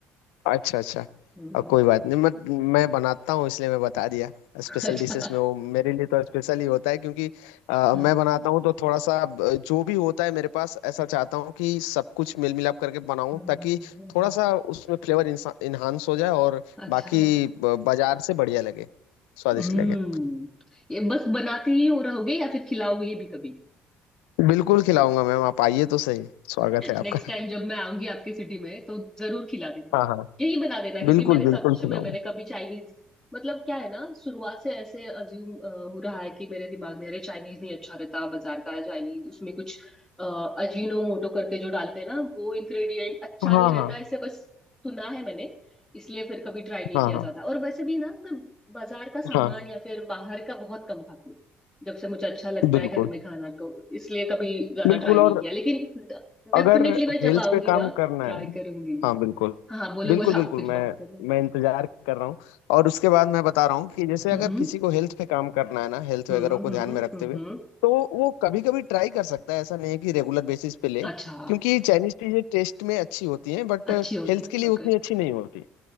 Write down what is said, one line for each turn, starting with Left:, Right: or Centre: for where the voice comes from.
Left: अच्छा अच्छा
Centre: हम्म,
Left: अब कोई बात नहीं मैं मैं बनाता हूँ इसलिए मैं बता दिया
Centre: <laughs>
Left: स्पेशल
Centre: अच्छा
Left: डिशेस में वो मेरे लिए तो स्पेशल ही होता है क्योंकि अ,
Centre: हाँ,
Left: मैं
Centre: हाँ,
Left: बनाता हूँ तो थोड़ा सा अ, जो भी होता है मेरे पास ऐसा चाहता हूँ कि सब कुछ मिल मिलाप करके बनाऊँ
Centre: हाँ,
Left: ताकि
Centre: हाँ,
Left: थोड़ा सा उसमें फ्लेवर इन्हांस हो जाए और
Centre: अच्छा
Left: बाकी ब- बाजार से बढ़िया लगे स्वादिष्ट
Centre: हम्म
Left: लगे
Centre: ये बस बनाते ही हो रहोगे या फिर खिलाओगे भी कभी
Left: बिल्कुल खिलाऊंगा मैम आप आइए तो सही स्वागत है आपका
Centre: नेक्स्ट टाइम जब मैं आऊंगी आपके सिटी में तो जरूर खिला देना
Left: हाँ हाँ
Centre: यही बना देना क्योंकि
Left: बिल्कुल
Centre: मैंने
Left: बिल्कुल
Centre: सच
Left: खिलाऊंगा
Centre: में मैंने कभी चाइनीज मतलब क्या है ना शुरुआत से ऐसे अज्यूम हो रहा है कि मेरे दिमाग में अरे चाइनीज नहीं अच्छा रहता बाजार का चाइनीज उसमें कुछ अ, अजीनोमोटो करके जो डालते हैं ना वो इंग्रेडिएंट अच्छा
Left: हाँ
Centre: नहीं रहता
Left: हाँ
Centre: ऐसे बस सुना है मैंने इसलिए फिर कभी ट्राई नहीं
Left: हाँ
Centre: किया
Left: हाँ
Centre: जाता और वैसे भी ना मैं बाजार का सामान
Left: हाँ
Centre: या फिर बाहर का बहुत कम खाती हूँ जब से मुझे अच्छा लगता
Left: बिल्कुल
Centre: है घर में खाना तो इसलिए कभी ज्यादा
Left: बिल्कुल
Centre: ट्राई नहीं
Left: और
Centre: किया लेकिन डेफिनेटली
Left: अगर
Centre: मैं जब
Left: हिल्स
Centre: आऊंगी
Left: पे काम
Centre: ना
Left: करना
Centre: ट्राई
Left: है
Centre: करूंगी
Left: हाँ बिल्कुल
Centre: हाँ हाँ, बोलो
Left: बिल्कुल
Centre: बोलो
Left: बिल्कुल
Centre: आप कुछ बात
Left: मैं
Centre: कर रहे हो
Left: मैं इंतजार कर रहा हूँ और उसके बाद मैं बता रहा हूँ कि जैसे
Centre: हम्म
Left: अगर किसी को हेल्थ पे काम करना है ना हेल्थ
Centre: हम्म
Left: वगैरह को
Centre: हम्म
Left: ध्यान में रखते
Centre: हम्म
Left: हुए तो वो कभी कभी ट्राई कर सकता है ऐसा नहीं है कि रेगुलर बेसिस पे ले
Centre: अच्छा
Left: क्योंकि चाइनीज चीजें टेस्ट में अच्छी होती हैं बट
Centre: अच्छी होती
Left: हेल्थ
Centre: है
Left: के लिए
Centre: ओके
Left: उतनी अच्छी नहीं होती